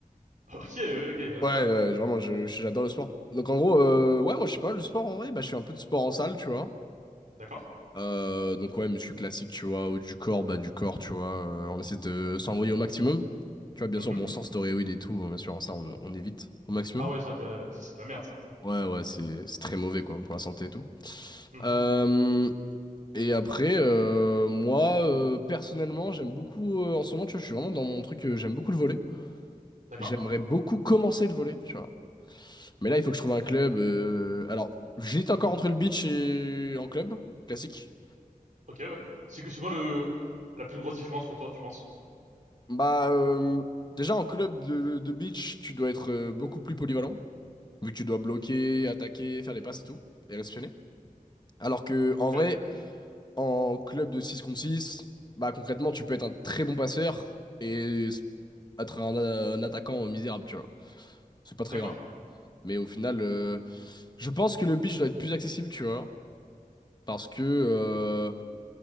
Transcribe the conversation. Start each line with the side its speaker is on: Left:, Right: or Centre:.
Right: Ok, euh, ok, incroyable.
Left: Ouais, ouais, vraiment, je- j'adore le sport. Donc en gros, euh, ouais, moi je sais pas, le sport en vrai, bah je fais un peu de sport en salle, tu vois.
Right: D'accord.
Left: Euh, donc ouais, muscu classique, tu vois, haut du corps, bas du corps, tu vois, euh, on essaie de s'envoyer au maximum. Tu vois, bien
Right: Mhm.
Left: sûr, bon, sans stéroïdes et tout, bien sûr, ça on, on évite au maximum.
Right: Ah ouais, ça, bah, ça c'est de la merde, ça.
Left: Ouais, ouais, c'est c'est très mauvais quoi, pour la santé et tout.
Right: Mhm.
Left: Euh, Et après, euh, moi, euh, personnellement, j'aime beaucoup, euh, en ce moment, tu vois, je suis vraiment dans mon truc, euh, j'aime beaucoup le volley.
Right: D'accord.
Left: J'aimerais beaucoup commencer le volley, tu vois. Mais là, il faut que je trouve un club. euh, Alors, j'hésite encore entre le beach et en club, classique.
Right: Ok, ouais. C'est que c'est quoi le la plus grosse différence pour toi, tu penses?
Left: Bah, euh, déjà, en club de, de beach, tu dois être euh, beaucoup plus polyvalent, vu que tu dois bloquer, attaquer, faire des passes et tout, et réceptionner. Alors que, en vrai,
Right: Ok.
Left: En club de 6 contre 6, bah concrètement, tu peux être un très bon passeur et s- être un, euh, un attaquant misérable, tu vois. C'est pas très
Right: D'accord.
Left: grave. Mais au final, euh, je pense que le beach doit être plus accessible, tu vois. Parce que, euh,